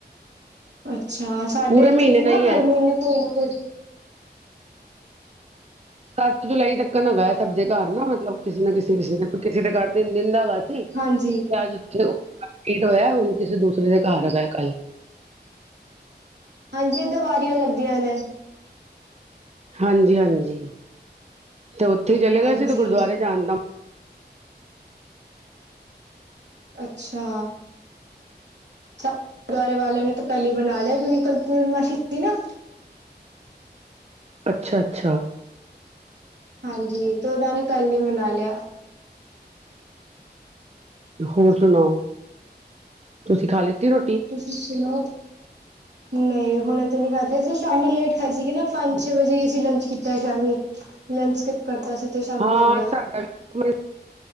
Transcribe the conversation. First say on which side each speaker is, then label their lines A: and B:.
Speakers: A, on the right (about 80°); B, on the right (about 40°).
A: ਅੱਛਾ ਸਾਡੇ
B: ਪੂਰੇ
A: ਇੱਥੇ
B: ਮਹੀਨੇ
A: ਵੀ
B: ਦਾ
A: ਨਾ
B: ਹੀ ਹੈ
A: ਹਰ ਮਹੀਨੇ ਕੋਈ ਨਾ ਕੋਈ
B: ਸੱਤ ਜੁਲਾਈ ਤੱਕ ਹੈਗਾ ਸਭ ਦੇ ਘਰ ਨਾ, ਮਤਲਬ ਕਿਸੇ ਨਾ ਕਿਸੇ ਕਿਸੇ ਕਿਸੇ ਦੇ ਘਰ ਤਿੰਨ ਦਿਨ ਦਾ ਹੈਗਾ ਤੇ
A: ਹਾਂਜੀ,
B: ਅਜ ਉੱਥੇ ਕਮਪਲੀਟ ਹੋਇਆ, ਹੁਣ ਕਿਸੇ ਦੂਸਰੇ ਦੇ ਘਰ ਹੈਗਾ ਏ ਕੱਲ
A: ਹਾਂਜੀ ਦੀਵਾਰੀਆਂ ਲੱਗਦੀਆਂ ਨੇ
B: ਹਾਂਜੀ ਹਾਂਜੀ ਤੇ ਉੱਥੇ ਹੀ ਚਲੇ
A: ਹਾਂਜੀ,
B: ਗਏ ਸੀ, ਤੇ ਗੁਰਦੁਆਰੇ ਜਾਣ ਦਾ
A: ਅੱਛਾ ਗੁਰਦੁਆਰੇ ਵਾਲਿਆਂ ਨੇ ਤਾਂ ਪੈਹਲੇ ਹੀ ਮਣਾ ਲਿਆ ਕਿਉਂਕਿ ਕੱਲ ਪੂਰਨਮਾਸ਼ੀ ਸੀ ਨਾ
B: ਅੱਛਾ ਅੱਛਾ
A: ਹਾਂਜੀ ਤੇ ਉਹਨਾਂ ਨੇ ਕੱਲ ਹੀ ਮਨਾ ਲਿਆ
B: ਹੋਰ ਸੁਣਾਓ ਤੁਸੀਂ ਖਾ ਲਿੱਤੀ ਰੋਟੀ
A: ਸੁਣੋ ਨਹੀਂ ਹੁਣ ਇਹ ਤੋਂ ਨੀ ਖਾਦੀ, ਅਸੀਂ ਸ਼ਾਮੀ ਲੇਟ ਖਾਈ ਸੀਗੀ ਨਾ ਪੰਜ ਛੇ ਵਜੇ ਅਸੀਂ ਲੰਚ ਕੀਤਾ ਸ਼ਾਮੀ ਲੰਚ ਸਕਿੱਪ ਕਰਤਾ ਸੀ ਤੇ ਸ਼ਾਮੀ
B: ਹਾਂ
A: ਕਰ ਲਿਆ
B: ਸਾਡਾ ਵੀ